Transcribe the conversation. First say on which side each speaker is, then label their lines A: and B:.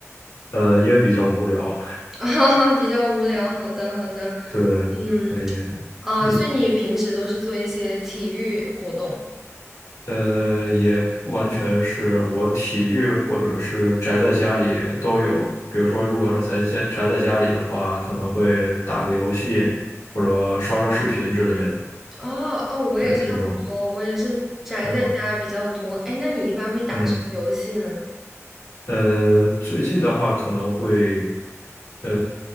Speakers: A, on the left; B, in the centre.
A: 嗯呃，因为比较无聊。
B: <laughs> 啊，比较无聊。好的，好的，
A: <laughs> 对，
B: 嗯，
A: 所以。
B: 啊，
A: 你。
B: 所以你平时都是做一些体育活动？
A: 呃，也不完全是我体育或者是宅在家里都有。比如说，如果是宅在家宅在家里的话，可能会打个游戏，或者刷刷视频之类的，
B: 哦，哦，我也差不多，
A: 这这种。
B: 我也是宅在家比较多。
A: 嗯
B: 哎，那你一般会打什么游戏呢？
A: 嗯。呃，最近的话可能会，呃，